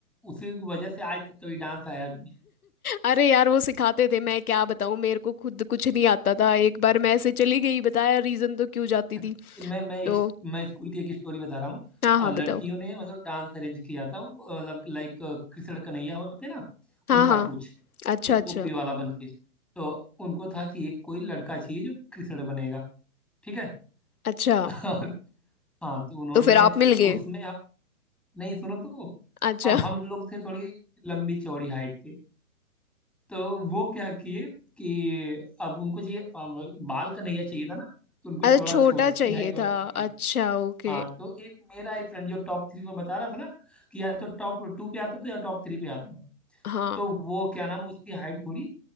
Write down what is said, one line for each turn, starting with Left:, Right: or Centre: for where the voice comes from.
Centre: उसी की वजह से आज तक कभी डांस आया भी नहीं
Left: अरे यार वो सिखाते थे मैं क्या बताऊँ मेरे को खुद कुछ नहीं आता था एक बार मैं ऐसे चली गई बताया रीजन तो क्यों जाती
Centre: अच्छा
Left: थी
Centre: मैं मैं इस-
Left: तो
Centre: मैं स्कूल की एक स्टोरी बता रहा हूँ
Left: हाँ
Centre: अ,
Left: हाँ
Centre: लड़कियों
Left: बताओ
Centre: ने मतलब डांस अरेंज किया था वो, अ, मतलब लाइक कृष्ण कन्हैया होते ना
Left: हाँ
Centre: उनका
Left: हाँ
Centre: कुछ
Left: अच्छा
Centre: तो गोपी
Left: अच्छा
Centre: वाला बन के तो उनको था कि एक कोई लड़का चाहिए जो कृष्ण बनेगा ठीक है
Left: अच्छा
Centre: <laughs> और हाँ तो उन्होंने
Left: तो फिर आप
Centre: तो
Left: मिल गए
Centre: उसमें नहीं सुनो तो
Left: अच्छा
Centre: अब हम लोग थे थोड़ी लंबी चौड़ी हाइट के तो वो क्या किए कि अब उनको चाहिए अब बाल कन्हैया चाहिए था ना तो उनको
Left: अरे
Centre: थोड़ा
Left: छोटा
Centre: छोटी
Left: चाहिए
Centre: हाइट वाला
Left: था
Centre: चाहिए
Left: अच्छा ओके
Centre: हाँ तो एक मेरा ही फ्रेंड जो टॉप थ्री में बता रहा था ना कि या तो टॉप टू पे आता था या टॉप थ्री पे आता था
Left: हाँ
Centre: तो वो क्या नाम है, उसकी हाइट थोड़ी